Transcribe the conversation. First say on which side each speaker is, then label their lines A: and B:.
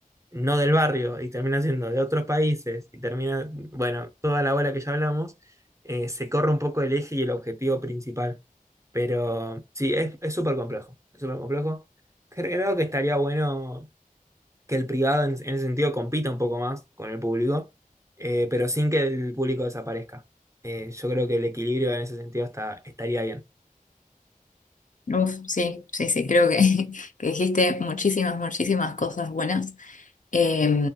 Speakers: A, on the right; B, on the left.
A: no del barrio y termina siendo de otros países y termina, bueno, toda la bola que ya hablamos, eh, se corre un poco el eje y el objetivo principal. Pero sí, es, es súper complejo, es súper complejo. Cre- Creo que estaría bueno que el privado en, en ese sentido compita un poco más con el público, eh, pero sin que el público desaparezca. Eh, yo creo que el equilibrio en ese sentido está, estaría bien.
B: Uf, sí, sí, sí, creo que, <laughs> que dijiste muchísimas, muchísimas cosas buenas. Eh,